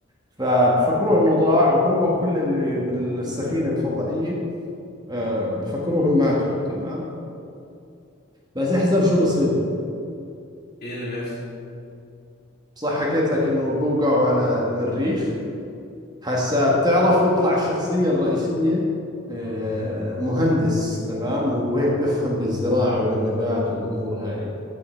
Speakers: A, on the right; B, on the left.
A: فبفكروا انه ضاع وهو كل اللي بالسفينة الفضائية آه، بفكروهم ماتوا تمام بس احذر شو بصير
B: ايه اللي بيحصل
A: صح حكيت لك انه بوقعوا على المريخ هسا بتعرف بيطلع الشخصية الرئيسية آه، مهندس تمام وهيك بفهم بالزراعة وبالنبات والامور هاي